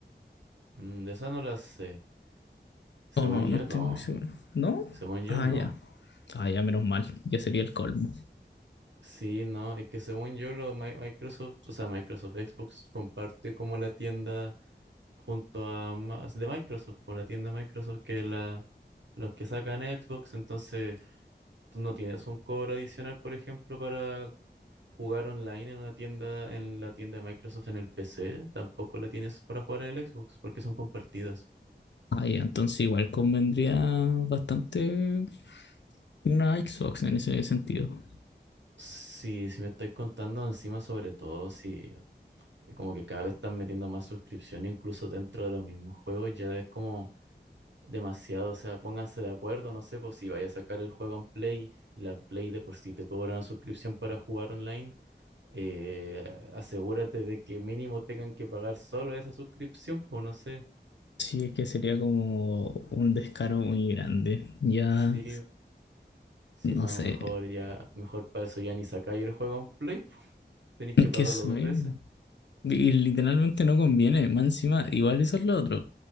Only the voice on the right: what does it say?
Mm, de esa no la sé. Según
yo,
no.
Según yo,
no.
Sí, no, es que según yo, lo, Mi- Microsoft, o sea, Microsoft Xbox comparte como la tienda junto a más de Microsoft, por la tienda Microsoft, que la, los que sacan Xbox, entonces tú no tienes un cobro adicional, por ejemplo, para jugar online en una tienda, en la tienda de Microsoft en el PC, tampoco la tienes para jugar en el Xbox, porque son compartidas.
sí si me estáis contando encima, sobre todo, si como que cada vez están metiendo más suscripción, incluso dentro de los mismos juegos, ya es como Demasiado, o sea, pónganse de acuerdo, no sé, pues si vaya a sacar el juego en Play y la Play de por sí te cobra una suscripción para jugar online, eh, asegúrate de que mínimo tengan que pagar solo esa suscripción, pues no sé,
sí, si
no,
mejor ya, mejor para eso ya ni sacáis el juego en Play, pues, tenéis
que
pagarlo
dos veces.